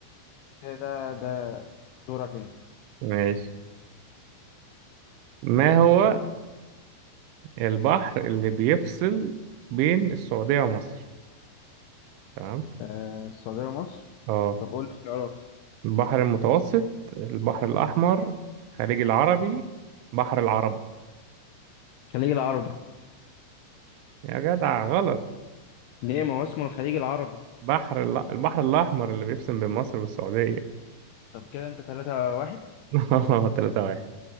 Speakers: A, on the left (about 80°); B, on the right (about 80°).
A: كده ده ده دورك انت
B: ماشي ما هو البحر اللي بيفصل بين السعودية ومصر تمام
A: آه السعودية ومصر
B: اه
A: طب قول لي اختيارات
B: البحر المتوسط البحر الأحمر خليج العربي بحر العرب
A: الخليج العربي
B: يا جدع غلط
A: ليه ما هو اسمه الخليج العربي
B: بحر الل... البحر الأحمر اللي بيفصل بين مصر والسعودية
A: طب كده انت تلاتة واحد
B: <laughs> تلاتة واحد